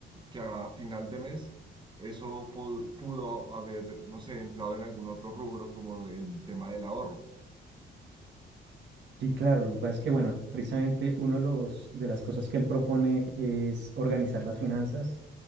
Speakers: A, on the right; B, on the right.
A: que a final de mes eso pu- pudo haber, no sé, entrado en algún otro rubro como el tema del ahorro.
B: Sí, claro, lo que pasa es que, bueno, precisamente uno de los, de las cosas que él propone es organizar las finanzas